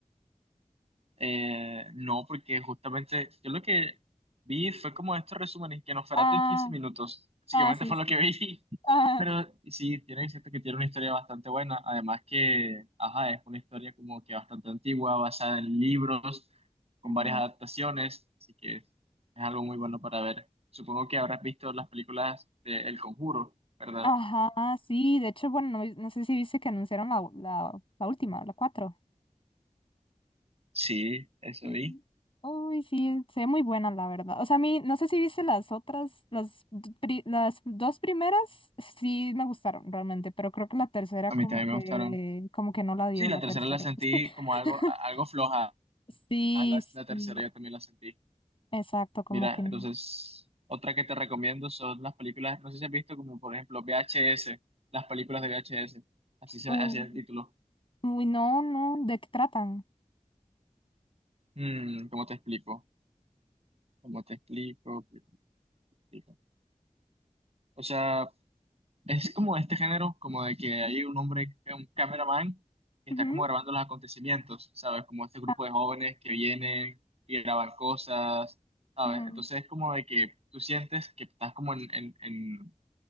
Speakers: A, on the right; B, on the left.
A: eh, no, porque justamente yo lo que vi fue como estos resúmenes que Nosferatu
B: Ah,
A: en 15 minutos, básicamente
B: ah, sí,
A: fue lo
B: sí.
A: que vi, <laughs>
B: Ah,
A: pero sí, tiene cierto que tiene una historia bastante buena, además que, ajá, es una historia como que bastante antigua, basada en libros, con
B: ujú.
A: varias adaptaciones, así que es, es algo muy bueno para ver. Supongo que habrás visto las películas de El Conjuro, ¿verdad?
B: Ajá, sí, de hecho, bueno, no, no sé si viste que anunciaron la, la, la última, la cuatro
A: Sí, eso
B: Y-
A: vi.
B: Uy, sí, es- se ve muy buena, la verdad. O sea, a mí, no sé si viste las otras, las, d- pri- las dos primeras, sí me gustaron realmente, pero creo que la tercera
A: A
B: como
A: mí también
B: que,
A: me gustaron.
B: como que no la dio
A: Sí, la
B: la
A: tercera
B: tercera.
A: la sentí como algo,
B: <laughs>
A: a- algo floja.
B: Sí,
A: Ah, la, la tercera
B: sí,
A: yo también la sentí.
B: exacto, como
A: Mira,
B: que... n-
A: entonces, otra que te recomiendo son las películas, no sé si has visto como por ejemplo VHS, las películas de VHS, así se
B: u-
A: así es el título.
B: Uy, no, no, ¿de qué tratan?
A: Mm, ¿cómo te explico? ¿Cómo te explico? ¿Cómo te explico? O sea, es como este género, como de que hay un hombre, un cameraman, que
B: Ujú.
A: está como grabando los acontecimientos, ¿sabes? Como este grupo
B: Ah,
A: de jóvenes que vienen y graban cosas, ¿sabes?
B: ujú,
A: Entonces es como de que tú sientes que estás como en, en, en